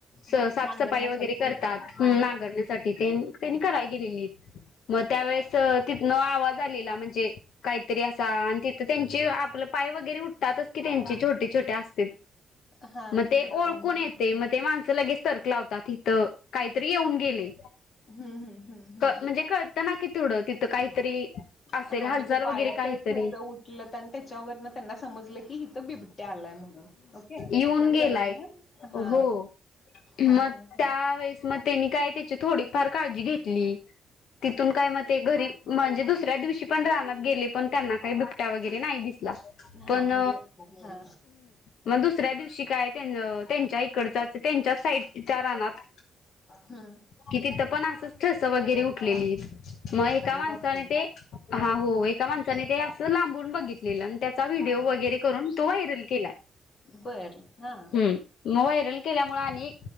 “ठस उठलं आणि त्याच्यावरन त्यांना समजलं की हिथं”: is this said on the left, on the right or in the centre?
Left